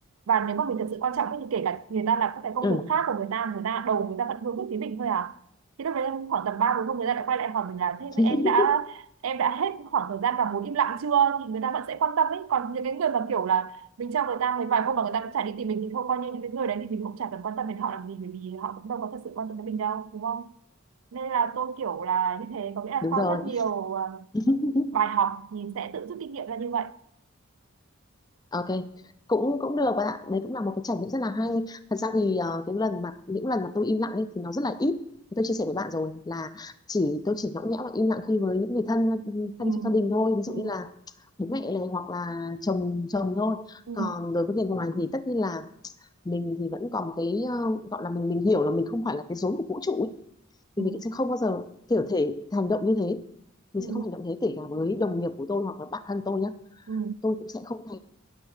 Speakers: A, on the right (about 75°); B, on the left (about 20°).
A: và nếu mà mình thực sự quan trọng ấy, thì kể cả người ta làm các cái công
B: ừ.
A: việc khác của người ta người ta đầu người ta vẫn hướng về phía mình thôi à thì lúc đấy khoảng tầm ba bốn hôm người ta lại quay lại hỏi mình là thế
B: <laughs>
A: em đã em đã hết khoảng thời gian vào muốn im lặng chưa thì người ta vẫn sẽ quan tâm ấy còn những cái người mà kiểu là mình cho người ta mấy vài hôm mà người ta cũng chả đi tìm mình thì thôi coi như những cái người đấy thì mình cũng chả cần quan tâm đến họ làm gì bởi vì họ cũng đâu có thật sự quan tâm đến mình đâu đúng không nên là tôi kiểu là như thế có nghĩa là
B: đúng
A: sau
B: rồi
A: rất nhiều à,
B: <laughs>
A: bài học thì sẽ tự rút kinh nghiệm ra như vậy
B: Ok, cũng cũng được bạn ạ. Đấy cũng là một cái trải nghiệm rất là hay. Thật ra thì ờ, cái lần mà những lần mà tôi im lặng ấy thì nó rất là ít. Thì Tôi chia sẻ với bạn rồi là chỉ tôi chỉ nhõng nhẽo và im lặng khi với những người thân
A: ừ.
B: thân trong gia đình thôi. Ví dụ
A: Ừ.
B: như là bố mẹ này hoặc là chồng chồng thôi.
A: Ừ.
B: Còn đối với người ngoài thì tất nhiên là mình thì vẫn còn một cái ờ, gọi là mình mình hiểu là mình không phải là cái rốn của vũ trụ ấy.
A: Ừ.
B: Thì mình sẽ không bao giờ kiểu thể hành động như thế. Mình
A: Ừ.
B: sẽ không hành động thế kể cả với đồng nghiệp của tôi hoặc là bạn thân tôi nhé.
A: Ừ.
B: Tôi cũng sẽ không